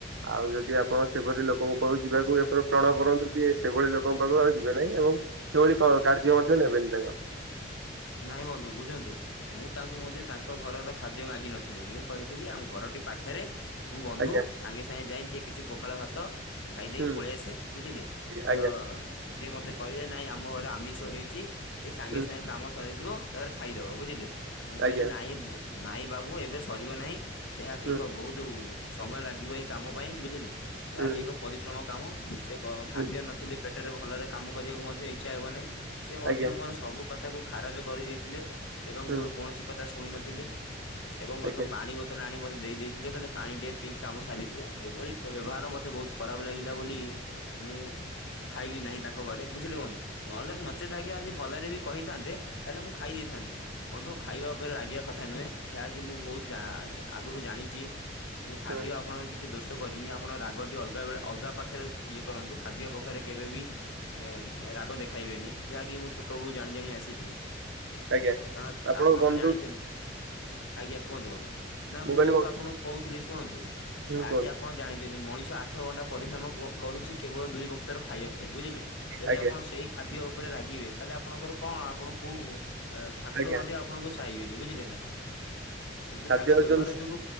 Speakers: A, on the right (about 70°); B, on the left (about 70°).
A: ଆଉଁ ଯଦି ଆପଣ ସେପରି ଲୋକଙ୍କ ପାଖକୁ ଯିବାକୁ ଏତେ ସିଏ ସେଭଳି ଲୋକଙ୍କ ପାଖକୁ ଆଉ ଯିବେ ନାହିଁ ଏବଂ ସେଭଳି କାର୍ଯ୍ୟ ମଧ୍ୟ ନେବେନି ତାଙ୍କର।
B: ନାଇଁ ବନ୍ଧୁ ବୁଝନ୍ତୁ ମୁଁ ତାଙ୍କୁ ମଧ୍ୟ ତାଙ୍କ ଘରର ଖାଦ୍ୟ ମାଗିି ନଥିଲି ମୁଁ କହିଥିଲି ଘର ଏଁ ପାଖରେ ମୋ ବନ୍ଧୁ
A: ଆଜ୍ଞା
B: ସାଙ୍ଗେ ସାଙ୍ଗେ ଯାଇଁ ଟିକେ କିଛି ପଖାଳ ଭାତ ଖାଇଦେଇ
A: ହୁଁ
B: ପଳାଇ ଆସେ ବୁଝିଲେ,
A: ଆଜ୍ଞା ଆଜ୍ଞା
B: ତ ସିଏ ମୋତେ କହିଲେ ନାଇଁ ଆମ ଘର ଆମିଷ ହେଇଛି ଏଇ ସାଙ୍ଗେ
A: ହୁଁ
B: ସାଙ୍ଗେ କାମ ସରିଯିବ। ତାପରେ ଖାଇଦବ ବୁଝିଲେ ମୁଁ
A: ଆଜ୍ଞା
B: କହିଲି ନାଇଁ ବ୍ ନାଇଁ ବାବୁ ଏବେ ସରିବ ନାହିଁ। ଏହା
A: ହୁଁ
B: ଏକ ବହୁତ ସମୟ ଲାଗିବ ଏଇ କାମ ପାଇଁ ବୁଝିଲେ ଯାହାକି
A: ହୁଁ
B: ଏକ ପରିଶ୍ରମ। କାମ ସେ ଖାଦ୍ୟ
A: ହୁଁ
B: ନଥିଲେ ପେଟରେ ଭଲରେ କାମୁ କରିବାକୁ ମଧ୍ୟ ଇଚ୍ଛା ହେବ ନାହିଁ ସେମଧ୍ୟ
A: ଆଜ୍ଞା
B: ମୋର ସବୁକଥା କୁ ଖାରଜ କରିଦେଇଥିଲେ। ଏବଂ
A: ହୁଁ
B: ମୋର କୌଣସି କଥା ଶୁଣି ନଥିଲେ ଏବଂ
A: ଆଜ୍ଞା
B: ଏକ ପାଣି ବୋତଲ ଆଣି ମୁତେ। ଦେଇ ଦେଇଥିଲେ କହିଲେ ପାଣି ଟିକେ ପିକାମ ସାରିଦିଅ ଏଭଳି ବ୍ୟବହାର ମୋତେ ବହୁତ ଖରାପ ଲାଗିଲା ବୋଲି। ମୁଁ ଖାଇଲି ନାହିଁ ତାଙ୍କ ଘରେ ବୁଝିଲେ ବନ୍ଧୁ ନହେଲେ ନଚେତ ଆଜ୍ଞା ଆଜି ଭଲ ରେ ବି କହିଥାନ୍ତେ ତାହେଲେ ମୁଁ ଖାଇ ଦେଇଥାନ୍ତି ବନ୍ଧୁ ଖାଇବା ଉପରେ ରାଗିବା କଥା ନୁହେଁ ଯାହାକି ମୁଁ ବହୁତ ଯା ଆଁ ଆଗରୁ ଜାଣିଛି ଏ ଖାଦ୍ୟ
A: ହୁଁ
B: ଆପଣଙ୍କର କିଛି କିଛି ଦୋଷ କରିନି ଆପଣ ରାଗଟି ଅଲଗା ବେଳେ ଅଲଗା ପାଖରେ ଇଏ କରନ୍ତୁ ଖାଦ୍ୟ ପାଖରେ କେବେବି ଏଁ ରାଗଦେଖାଇବେନି ଯାହାକି ମୁଁ ଛୋଟ ବେଳୁ ଜାଣି ଜାଣି ଆସିଛି। ଏଁ
A: ଆଜ୍ଞା। ଆପଣଙ୍କ
B: ଆପଣ
A: ବନ୍ଧୁ
B: ତ ଜାଣିଛନ୍ତି। ଆଜ୍ଞା କୁହନ୍ତୁ କୁହନ୍ତୁ। ନା ମୁଁ
A: କହିଲି
B: ବନ୍ଧୁ
A: ହୁଁ
B: ଆପଣଙ୍କୁ କହୁଥିଲି ଶୁଣନ୍ତୁ ଯାହାକି
A: କୁହନ୍ତୁ
B: ଆପଣ ମଣିଷ ଆଠ ଘଣ୍ଟା ପରିଶ୍ରମ କରୁଛି, କେବଳ ଦୁଇ ବକ୍ତର ଖାଇବା ପାଇଁ ବୁଝିଲେ। ଯଦି
A: ଆଜ୍ଞା
B: ଆପଣ ସେଇ ଖାଦ୍ୟ ଉପରେ ରାଗିବେ, ତାହେଲେ ଆପଣଙ୍କର କଣ ଆପଣ କୋଉ ଠାକୁର
A: ଆଜ୍ଞା
B: ମଧ୍ୟ ଆପଣଙ୍କୁ ସାଇବେନି ବୁଝିଲେ ନା, କିନ୍ତୁ
A: ଖାଦ୍ୟ
B: ତାଙ୍କ
A: ହଉଛନ୍ତି
B: ବ୍ୟବହାର ଯୋଗୁ